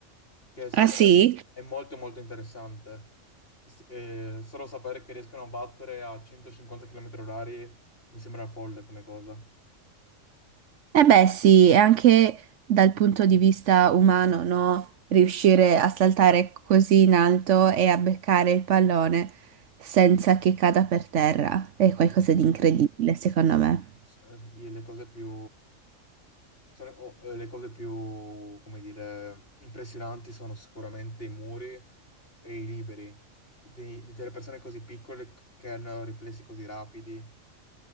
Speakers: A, on the left (about 45°); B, on the right (about 70°).
A: che secondo
B: Ah sì?
A: me è molto molto interessante. S- eh, solo sapere che riescono a battere a 150 km orari mi sembra folle come cosa.
B: Eh beh, sì, e anche dal punto di vista umano, no? Riuscire a saltare così in alto e a beccare il pallone senza che cada per terra è qualcosa
A: Eh,
B: di incredibile, secondo
A: so-
B: me.
A: s- eh, le cose più sono, o, eh, le cose più, come dire, impressionanti sono sicuramente i muri e i liberi dei- delle persone così piccole che hanno riflessi così rapidi.